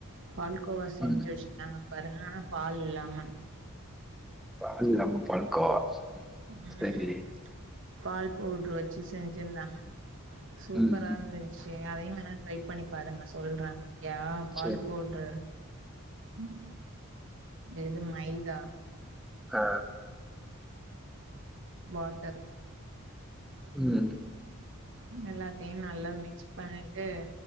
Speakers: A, on the right; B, in the centre.
A: பால்கோவா செஞ்சு
B: ம்.
A: வச்டேம் பரனானா பால் இல்லாம
B: பாலில்லாம பால்கோ உம்
A: ம்
B: செரி
A: பால் பவுட்ரு வச்சு செஞ்சிருந்தாங்க சூப்பரா
B: ம், ம்.
A: இருந்திச் செரி அதையூ வேணா ட்ரை பண்ணி பாருங்க சொல்ற ஏ பால்
B: சரி.
A: பவ்ட்ரு ம் இது மைதா
B: ஆ
A: வாட்டரு
B: ம்
A: எல்லாத் தையும் நல்லா மிக்ஸ் பண்ணி அ